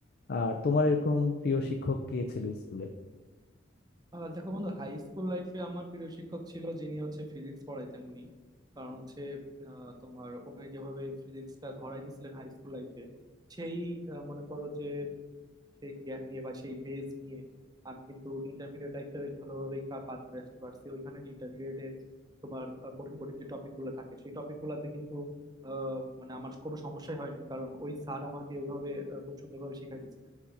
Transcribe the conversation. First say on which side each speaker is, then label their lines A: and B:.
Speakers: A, on the left (about 50°); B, on the right (about 20°).
A: আর তোমার এরকম প্রিয় শিক্ষক কে ছিল স্কুলে
B: আহ দেখো বন্ধু হাই স্কুল লাইফে আমার প্রিয় শিক্ষক ছিল যিনি হচ্ছে ফিজিক্স পড়াইতেন উনি কারণ হচ্ছে আহ, তোমার ওনাই যেভাবে ফিজিক্সটা ধরাই দিয়েছিলেন হাই স্কুল লাইফে সেই আহ, মনে করো যে উম, সেই জ্ঞান নিয়ে বা সেই বেজ নিয়ে আমি কিন্তু ইন্টারমিডিয়েট লাইফটা বেশ ভালোভাবেই কা- পার করে আসতে পারছি ওইখানে যে ইন্টারমিডিয়েটে তোমার আহ, কঠিন কঠিন যে টপিক গুলো থাকে সেই টপিক গুলাতে কিন্তু আহ, মানে আমার কোনো সমস্যাই হয় নাই কারণ ওই স্যার আমাকে ওইভাবে আহ, খুব সুন্দরভাবে শিখাই দিয়েছিলেন